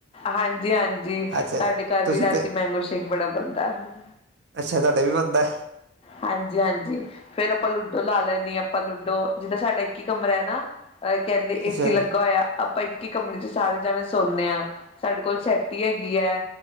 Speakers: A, on the left (about 30°); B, on the right (about 60°).
A: ਹਾਂਜੀ ਹਾਂਜੀ
B: ਅੱਛਾ
A: ਸਾਡੇ ਘਰ
B: ਤੁਸੀਂ
A: ਵੀ ਰਾਤੀ ਮੈਂਗੋ ਸ਼ੇਕ ਬੜਾ ਬਣਦਾ ਹੈ।
B: ਅੱਛਾ ਤੁਹਾਡੇ ਵੀ ਬਣਦੇ।
A: ਹਾਂਜੀ ਹਾਂਜੀ ਫੇਰ ਆਪਾਂ ਲੂਡੋ ਲਾ ਲੈਣੀ ਹਾਂ ਆਪਾਂ ਲੂਡੋ ਜਿੱਦਾਂ ਸਾਡਾ ਇੱਕ ਹੀ ਕਮਰਾ ਹੈ ਨਾ। ਅਹ ਕਹਿੰਦੇ ਏ
B: ਅੱਛਾ
A: ਸੀ ਲੱਗਾ ਹੋਇਆ ਆਪਾਂ ਇੱਕੀ ਕਮਰੇ ਚ ਸਾਰੇ ਜਾਣੇ ਸੌਦੇ ਹਾਂ। ਸਾਡੇ ਕੋਲ ਸੈਟੀ ਹੈਗੀ ਐਂ।